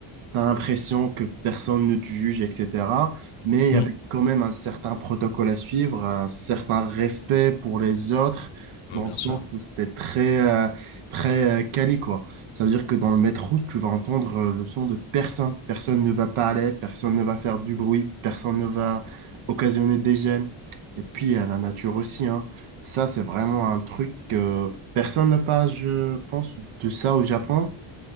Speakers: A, on the right (about 85°); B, on the left (about 70°).
A: tu l'impression que personne ne te juge, etc. Mais il
B: ouais.
A: y avait quand même un certain protocole à suivre, un certain respect pour les autres,
B: Mm.
A: dans
B: Mm, bien
A: le sens
B: sûr.
A: où c'était très, euh, très euh, quali, quoi. Ça veut dire que dans le métro, tu vas entendre euh, le son de personne. Personne ne va parler, personne ne va faire du bruit, personne ne va occasionner des gènes. Et puis, à la nature aussi, hein. Ça, c'est vraiment un truc que personne ne parle, je pense, de ça au Japon.